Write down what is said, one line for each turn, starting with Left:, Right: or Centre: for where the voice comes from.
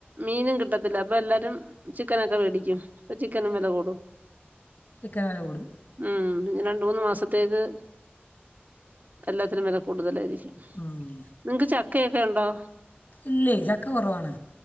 Right: മീനും കിട്ടത്തില്ല അപ്പൊ എല്ലാരും ചിക്കനൊക്കെ മേടിക്കും അപ്പൊ ചിക്കനും വില കൂടൂ
Left: ചിക്കൻവല കൂടും
Right: ഉം പിന്ന രണ്ട മൂന്ന് മാസത്തേക്ക് എല്ലാത്തിനും വില കൂടുതലായിരിക്കും
Left: ഉം
Right: നിങ്ങക്ക് ചക്കയൊക്കെ ഉണ്ടോ
Left: ഇല്ലേ ചക്ക കുറവാണ്